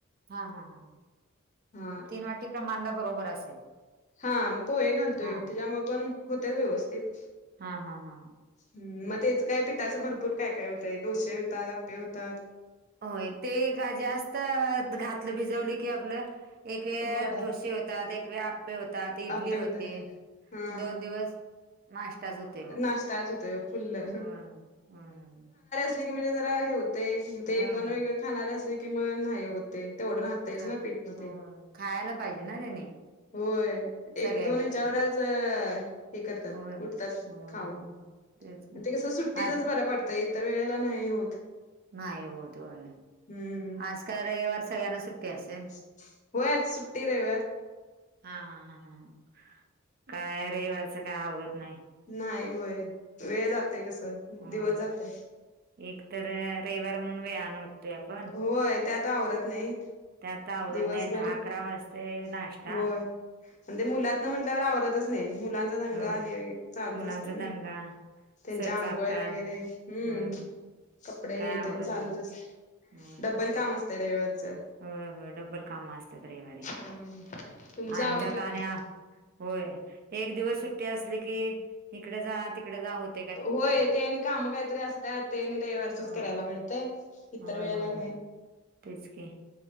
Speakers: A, on the right (about 45°); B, on the left (about 35°).
A: हां हां हां हां <inaudible>
B: हा
A: तीन वाटी प्रमाणला बरोबर असेल.
B: हां पोहे घालतोय
A: हां,
B: तेच्यामुळ पण हुतय व्यवस्थित.
A: हां, हां, हां, हां.
B: हम् म त्येच काय पिठाचं भरपूर काय काय हुतंय डोसे होतात, आप्पे होतात.
A: होय ते का जास्त घातलं. भिजवल की आपलं एक वेळ
B: होय
A: ढोसे होत. त्यात एक वेळ आप्पे होतात. इडली
B: आप्पे होतात
A: होते.
B: हा
A: दोन दिवस नाश्ताच होतोय मग
B: नाश्ता आज होतोय फुल्ल
A: व्हय व्हय अहं.
B: ट्रीगमध्ये जरा हे होते
A: होय,
B: ते एक दोन
A: होय, होय.
B: वेगळे खाणारे असले कि मग नाही होत ते तेवढ राहत. तेचना
A: खा
B: पीठ मधे
A: होय,
B: <inaudible>
A: खायला पाहिजे ना त्यानी
B: होय. एक
A: सगळ्यांनी
B: दोन याच्यावर
A: आपल्या.
B: च हे करतात.
A: होय, होय,
B: उठतात खाऊन
A: होय, होय.
B: <inaudible>
A: तेच की.
B: ते कसं सुट्टीचच
A: आज
B: बरं पडतं. इतर वेळेला नाही होत.
A: नाही होत होय <inaudible>
B: हम्म
A: आज काय रविवार सगळ्यांना सुट्टी असेल?
B: <inaudible> होय आज सुट्टी रईवार.
A: हां हां हां हां हां <inaudible> काय रईवारच काय आवरत नाय.
B: न्हाई होय. वेळ जातोय कस
A: होय.
B: दिवस जातय?
A: एक तर रईवार म्हणून वेळान उठतोय आपण.
B: होय त्यात आवरत नई.
A: त्यात आवरत
B: दिवसभर
A: नाही दहा
B: <inaudible>
A: अकरा वाजते नाश्ता
B: होय अन् ते मुलातन म्हंटल्यावर आवरतच नई मुलांचा दंगा
A: होय
B: हे चालूच
A: मुलांचा
B: असतय ना.
A: दंगा
B: तेंच्या
A: स्वयंपाकपात
B: आंगोळ्या वेगैरे हम्म.
A: होय होय
B: कपडे
A: काय
B: हे
A: आवरत
B: तेन चालूच
A: नाही
B: असतय.
A: होय होय
B: डब्बल काम असतय रविवार च.
A: होय होय डब्बल काम आसत्यात रईवारी.
B: हम्म तुमचं
A: अन्
B: आवरलं
A: त्यात
B: काय
A: आणि आ होय एक दिवस सुट्टी असली की हिकड जा तिकड जा होत.
B: होय ते आणि काम कायतरी असत्यात तेन रईवारचच
A: होय
B: करायला मिळतय इतर
A: होय
B: वेळेला
A: होय
B: न्हाई.
A: होय तेच की